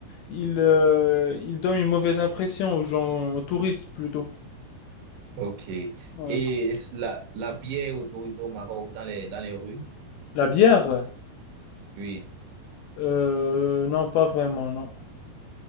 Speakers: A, on the left (about 75°); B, on the right (about 75°).
A: ils, euh, ils donnent une mauvaise impression aux gens, aux touristes plutôt.
B: Ok.
A: Ouais.
B: Et la, la bière est autorisée au Maroc dans les, dans les rues?
A: La bière?
B: Oui.
A: Euh, non, pas vraiment, non.